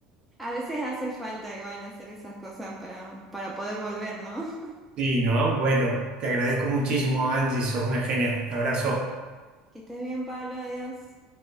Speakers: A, in the centre; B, on the right.
A: A veces hace falta igual hacer esas cosas para, para poder volver, ¿no? <laughs>
B: Sí, ¿no? Bueno, te agradezco muchísimo, Angie, sos una genia. Abrazo.
A: Que estés bien, Pablo, adiós.